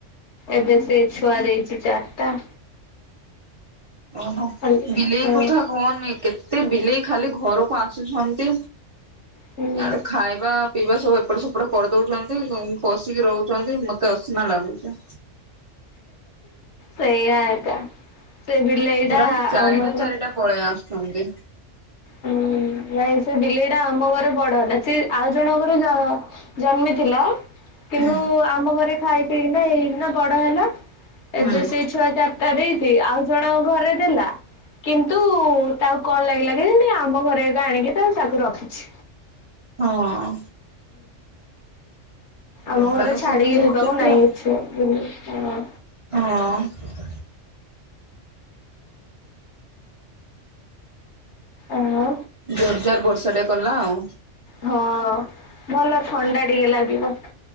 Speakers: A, on the left; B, on the right.
A: ଏବେ ସେ ଛୁଆ ଦେଇଛି ଚାରିଟା।
B: ଓହୋ
A: ଖାଲି
B: ବିଲେଇ
A: ହଁ
B: କଥା କହନି କେତେ ବିଲେଇ ଖାଲି ଘରକୁ ଆସୁଛନ୍ତି।
A: ହୁଁ
B: ଆଡେ ଖାଇବା ପିଇବା ସବୁ ଏପଟ ସେପଟ କରିଦଉଛନ୍ତି ପଶିକି ରହୁଛନ୍ତି ମତେ ଅସନା ଲାଗୁଛି।
A: ସେଇଆ ଏକା ସେ ବିଲଇଟା
B: ପୁରା ଚାରିଟା
A: ଆମର
B: ଚାରିଟା ପଳେଇ ଆସୁଛନ୍ତି
A: ହୁଁ ନାଇଁ ସେ ବିଲେଇ ଟା ଆମ ଘରେ ବଡ ହେଲା। ସେ ଆଉ ଜଣଙ୍କର ଜ ଜନ୍ମିଥିଲା କିନ୍ତୁ
B: ହୁଁ
A: ଆମ ଘରେ ଖାଇ ପି କିନା ଏଇକିନା ବଡ ହେଲା ଏବେ
B: ହୁଁ।
A: ସେ ଛୁଆ ଚାରିଟା ଦେଇ ଆଉ ଜଣଙ୍କ ଘରେ ଦେଲା କିନ୍ତୁ ତାକୁ କଣ ଲାଗିଲା କେଜାଣି ଆମ ଘରେ ଏକା ଆଣିକି ତା ତାକୁ ରଖୁଛି।
B: ହଁ।
A: ଆମ
B: ଗୁଡା
A: ଘରେ
B: ତ
A: ଛାଡିକି
B: ସେମିତି
A: ଯିବାକୁ
B: ହଉଛନ୍ତି
A: ନାହିଁ
B: ଆଉ
A: କିଛି ବୁ
B: ହଁ।
A: ଆଉ
B: ଜୋରଜାର ବର୍ଷା ଟେ କଲା ଆଉ
A: ହଁ ଭଲ ଥଣ୍ଡା ଟିକେ ଲାଗିବ।